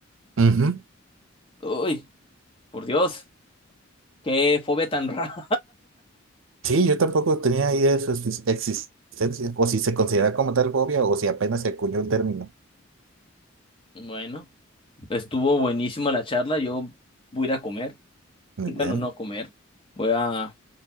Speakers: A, on the right (about 70°); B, on the left (about 25°).
A: ujú.
B: Uy, por Dios, qué fobia tan <laughs> rara.
A: Sí, yo tampoco tenía idea de su exis- existencia. O si se considera como tal fobia o si apenas se acuñó el término.
B: Bueno. Estuvo buenísima la charla. Yo voy a ir a comer. <laughs>
A: Muy
B: Bueno,
A: bien.
B: no comer. Voy a